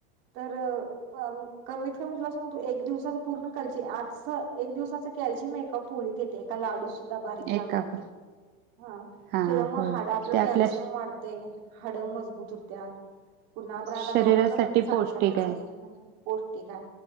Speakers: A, on the right; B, on the right.
A: तर अं कमीत कमी तुला सांगतो एक दिवसाच पूर्ण कल्ची आजच एक दिवसाच कॅल्चीम् एका पोळीत् येते एका लाडूत सुद्धा बारीक लाडू
B: एक काप
A: मधे हं
B: हा
A: त्याच्यामुळं
B: होय
A: हाड आपल
B: ते आपल्या
A: परते हाड मजबूत होत्या. पुन्हा आपण आता
B: शरीरासाठी
A: डॉक्टराकडनं सांगतातच
B: पौष्टिक आहे.
A: की हं पौष्टिकाय.